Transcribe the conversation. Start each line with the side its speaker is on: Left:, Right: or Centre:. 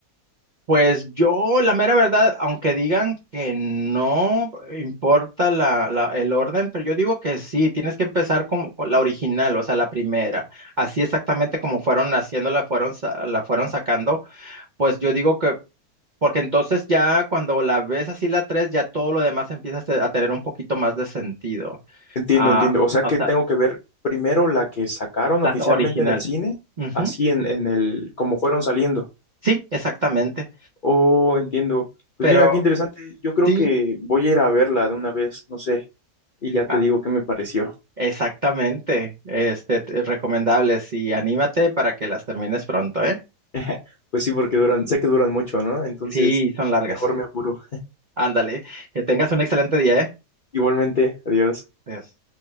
Right: Pues yo, la mera verdad, aunque digan que no importa la, la- el orden, pero yo digo que sí, tienes que empezar como con la original, o sea, la primera. Así exactamente como fueron haciéndola, fueron, sa- la fueron sacando, pues yo digo que Porque entonces ya cuando la ves así la 3 ya todo lo demás empieza a se- a tener un poquito más de sentido.
Left: Entiendo,
Right: Ah,
Left: entiendo. O sea
Right: o
Left: que
Right: sea,
Left: tengo que ver primero la que sacaron
Right: la
Left: oficialmente
Right: original.
Left: en el cine,
Right: Ujú.
Left: así en, en el, como fueron saliendo.
Right: Sí, exactamente.
Left: Oh, entiendo. Pues
Right: Pero
Left: mira, qué interesante. Yo creo
Right: sí,
Left: que voy a ir a verla de una vez, no sé, y ya
Right: ah,
Left: te digo qué me pareció.
Right: exactamente. Este, te- recomendables y anímate para que las termines pronto, ¿eh?
Left: <laughs> Pues sí, porque duran, sé que duran mucho, ¿no? Entonces,
Right: Sí, son largas.
Left: mejor me apuro.
Right: Ándale. Que tengas un excelente día, ¿eh?
Left: Igualmente, adiós.
Right: Adiós.